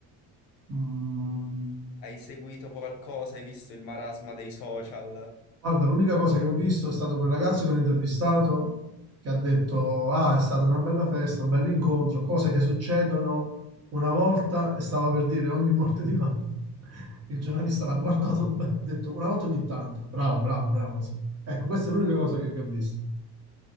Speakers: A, on the right (about 40°); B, on the left (about 60°).
A: Mm,
B: Hai seguito qualcosa? Hai visto il marasma dei social?
A: guarda, l'unica cosa che ho visto è stato quel ragazzo che ho intervistato che ha detto, ah, è stata una bella festa, un bel incontro, cose che succedono una volta e stava per dire ogni morte di Papa. <laughs> Il giornalista l'ha guardato <laughs> bene, ha detto una volta ogni tanto. Bravo, bravo, bravo, così. Ecco, questa è l'unica cosa che, che ho visto.